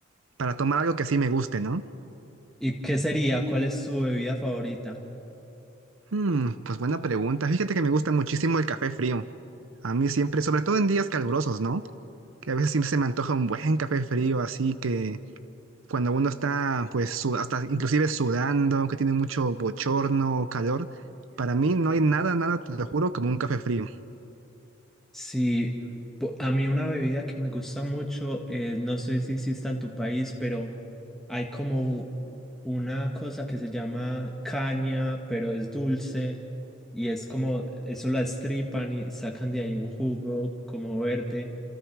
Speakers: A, on the right; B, in the centre.
A: para tomar algo que sí me guste, ¿no?
B: ¿Y qué sería? ¿Cuál es tu bebida favorita?
A: Hmm, pues buena pregunta. Fíjate que me gusta muchísimo el café frío. A mí siempre, sobre todo en días calurosos, ¿no? Que a veces siempre se me antoja un buen café frío, así que cuando uno está, pues, su- hasta inclusive sudando, que tiene mucho bochorno, calor, para mí no hay nada, nada, te lo juro, como un café frío.
B: Si a mí una bebida que me gusta mucho, eh, no sé si exista en tu país, pero hay como u- una cosa que se llama caña, pero es dulce. Y es como, eso la estripan y sacan de ahí un jugo como verde.